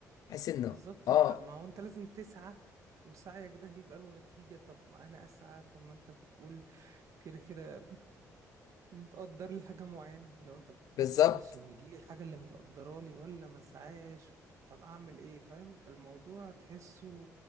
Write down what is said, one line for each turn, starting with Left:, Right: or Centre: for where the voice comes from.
Left: بحيث انه
Right: بالظبط
Left: اه
Right: انت ما هو انت لازم تسعى وسعيك ده هيبقى له نتيجة طب ما انا اسعى طب ما انت بتقول كده كده بت... متقدر لي حاجة معينة اللي هو طب
Left: بالظبط
Right: اسعى عشان يجي لي الحاجة اللي متقدرة لي ولا ما اسعاش طب اعمل ايه فاهم الموضوع تحسه